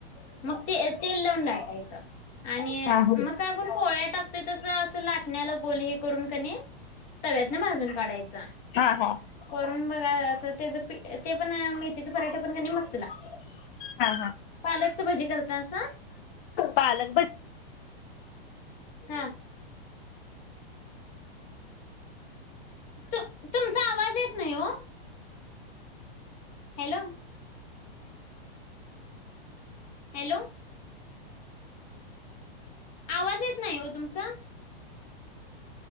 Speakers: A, on the left; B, on the left.
A: मग ते तेल लावुन लाटायच आणि
B: हा
A: मग काय आपण पोळ्या टाकतोय तस अस लाटण्याला गोल हे करून किनय तव्यातन भाजून काढायचा
B: हा हा हा
A: करून बघा अस त्या ते पण मेथीच पराठ पण क मस्त लागतय.
B: हा
A: पालकच भजे <unintelligible>
B: पालक भ
A: हं. तु तुमचा आवाज येत नाही ओ? हॅलो. हॅलो! आवाज येत नाही ओ तुमचा?